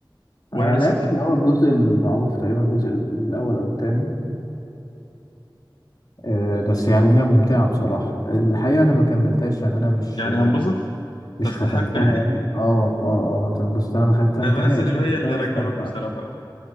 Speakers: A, on the left; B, on the left.
A: وانا
B: انا
A: لسه
B: لعبت
A: ما لعبت-
B: اللي هو الجزء المعروف تقريبا الجزء الاول او الثاني آه بس يعني هي ممتعة بصراحة الحقيقة انا ما كملتهاش يعني انا مش
A: يعني هنبسط
B: مش
A: تستحق
B: ختمتها
A: يعني
B: يعني اه اه اه هتنبسط انا ما ختمتهاش
A: انا بنزل اللي هي
B: بس
A: اللي
B: انا
A: راجناروك
B: استمتعت
A: بصراحه